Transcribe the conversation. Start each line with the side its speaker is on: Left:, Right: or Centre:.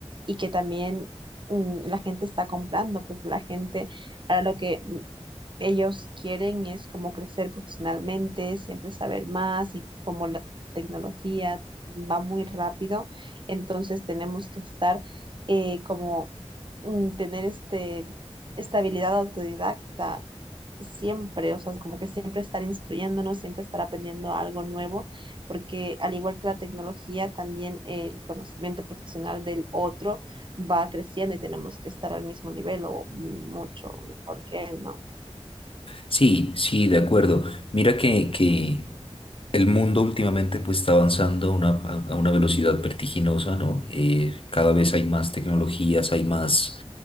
Right: y que también, mm, la gente está comprando, porque la gente, ahora lo que mm, ellos quieren es como crecer profesionalmente, siempre saber más y como la tecnología va muy rápido, entonces tenemos que estar eh, como mm, tener este, esta habilidad autodidacta siempre, o sea, es como que siempre estar instruyéndonos, siempre estar aprendiendo algo nuevo, porque al igual que la tecnología, también el conocimiento profesional del otro va creciendo y tenemos que estar al mismo nivel o mucho mejor que él, ¿no?
Left: Sí, sí, de acuerdo. Mira que, que el mundo últimamente pues está avanzando a una, a a una velocidad vertiginosa, ¿no? Eh, cada vez hay más tecnologías, hay más